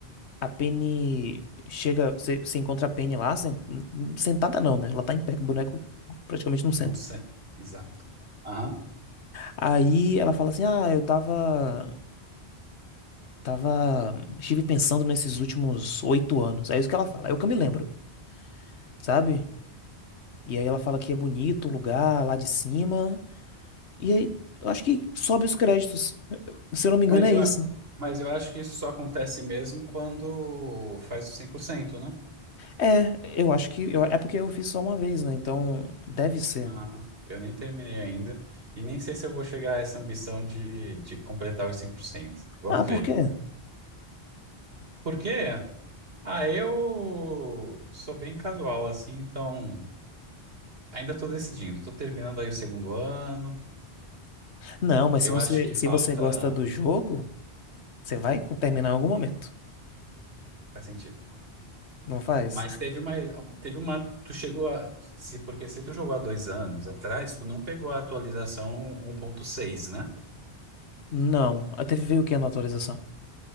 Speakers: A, on the left; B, on the right.
A: a Penny chega, você, você encontra a Penny lá, sen- sentada não, né? Ela tá em pé, que o boneco praticamente não senta.
B: Não sei. Exato. Aham.
A: Aí ela fala assim, ah, eu tava, tava, estive pensando nesses últimos oito anos. É isso que ela fala, é o que eu me lembro, sabe? E aí ela fala que é bonito o lugar lá de cima, E aí, eu acho que sobe os créditos. Se eu não me
B: Mas
A: engano, é
B: eu,
A: isso.
B: a- mas eu acho que isso só acontece mesmo quando faz o 100%, né?
A: É, eu acho que. eu- é porque eu fiz só uma vez, né? Então, deve ser.
B: Não, eu nem terminei ainda. E nem sei se eu vou chegar a essa ambição de, de completar os 100%. Vamos
A: Ah, por
B: ver.
A: quê?
B: Por quê? Ah, eu sou bem casual assim, então ainda estou decidindo. Estou terminando aí o segundo ano.
A: Não, mas
B: Eu
A: se você,
B: acho que
A: se
B: falta.
A: você gosta do jogo, você vai terminar em algum momento.
B: Faz sentido.
A: Não faz?
B: Mas teve uma. Teve uma. Tu chegou a. Se, porque se tu jogou há dois anos atrás, tu não pegou a atualização 1.6, né?
A: Não. Até veio o que na atualização?